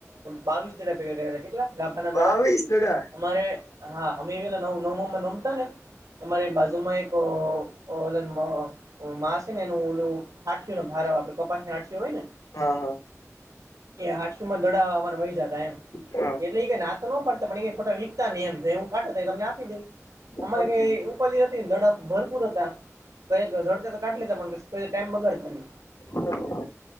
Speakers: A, on the right; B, on the left.
A: બાવીસ દડા ભેગા કર્યા હતા કેટલા ગાભાના
B: બાવીસ
A: દડા
B: ટકા
A: અમારે હા અમે એ પલા નવ નવું માં રમતા ને અરે બાજુમાં એક ઓ માસે ને એનું ઓલું આઠને ભાર આપડે કપાસને આઠયો હોય ને
B: હા હા
A: એ હાટસુ માં દડા અમાર વહી જતા એમ
B: હા
A: એટલે એઈ નાતો <unintelligible> હું કાટો થઈ તને આપી દઈ અમારે
B: હા સમજી
A: કઈ ઉપાધિ હતી ને ધડા ભરપૂર હતા <unintelligible> પણ પ ટાઈમ બગડતા ન
B: ગયો સમજી